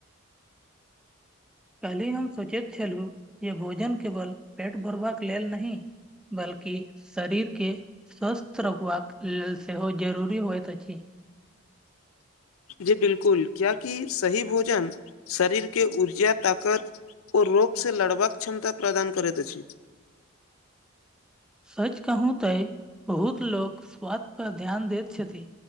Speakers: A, in the centre; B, on the left.
A: काल्हि हम सोचैत छलहुँ जे भोजन केवल पेट भरबाक लेल नहि बल्कि शरीरके स्वस्थ रखबाक लेल सेहो जरूरी होइत अछि
B: जी बिलकुल क्या की सही भोजन शरीरके ऊर्जा ताकत ओ लोगसँ लड़बाक क्षमता प्रदान करैत अछि
A: सच कहू तऽ बहुत लोक स्वास्थ पर ध्यान दैत छथि